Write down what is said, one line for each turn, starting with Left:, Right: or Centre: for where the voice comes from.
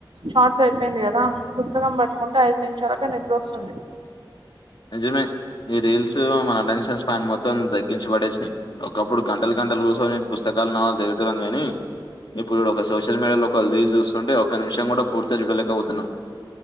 Right: షార్ట్స్ అయిపోయింది కదా పుస్తకం పట్టుకుంటే ఐదు నిమిషాలకే నిద్రొస్తుంది
Left: నిజమే ఈ రీల్స్ మన అటెన్షన్ స్పెండ్ మొత్తం తగ్గించబడేచ్చాయి ఒకప్పుడు గంటలు గంటల కు పుస్తకాలు నావలలు చదివే టోల్లం కానీ ఇప్పుడు ఒక సోషల్ మీడియా లో ఒకళ్ళ రీల్ చూస్తుంటే ఒక నిమిషం కూడా పూర్తిగా చూడలేకపోతున్నాం